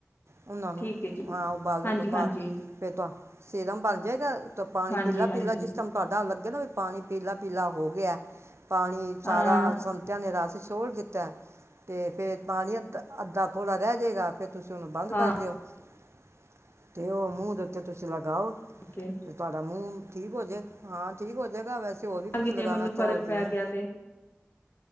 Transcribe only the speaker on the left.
ਠੀਕ ਹੈ ਜੀ
ਹਾਂਜੀ
ਹਾਂਜੀ
ਹਾਂਜੀ
ਹਾਂਜੀ
ਹਾਂ
ਹਾਂ
ਹਾਂ
ੰਗੀ
<unintelligible> ਜੇ ਮੈਨੂੰ ਫ਼ਰਕ
ਪੈ
ਗਿਆ ਤੇ